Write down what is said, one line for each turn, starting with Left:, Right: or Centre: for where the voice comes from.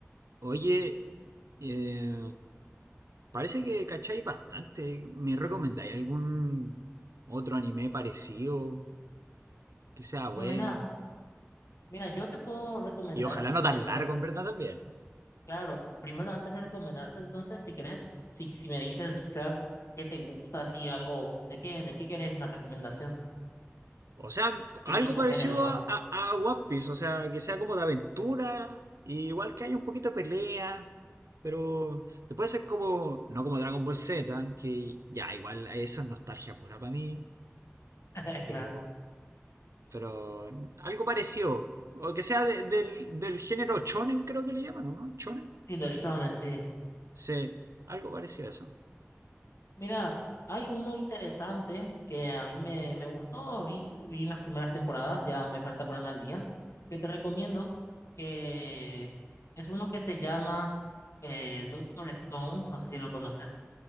Right: oye, eh, parece que cacháis bastante, ¿me recomendáis algún otro anime parecido que sea bueno?
Left: Pues mira, mira, yo te puedo recomendar
Right: Y ojalá
Left: si
Right: no
Left: querés
Right: tan
Left: saber,
Right: largo,
Left: pri-
Right: en verdad, también.
Left: claro, primero antes de recomendarte, entonces, si querés, si, si me dices quizás qué te gusta, así algo, ¿de qué, de qué querés una recomendación?
Right: O sea,
Left: ¿De qué
Right: algo
Left: tipo,
Right: parecido
Left: género, algo?
Right: a, a- a One Piece, o sea, que sea como de aventura, y igual que haya un poquito de pelea, pero se puede ser como, no como Dragon Ball Z, que ya, igual eso es nostalgia pura para mí,
Left: <laughs>
Right: pero,
Left: Claro.
Right: pero algo parecido, o que sea de- del, del género shonen, creo que le llaman, ¿no? ¿Shonen?
Left: Sí, del shonen, sí.
Right: Sí, algo parecido a eso.
Left: Mira, hay uno interesante que a mí me, me gustó, vi, vi las primeras temporadas, ya me falta ponerme al día, que te recomiendo, que es uno que se llama eh, Doctor Stone, no sé si lo conoces.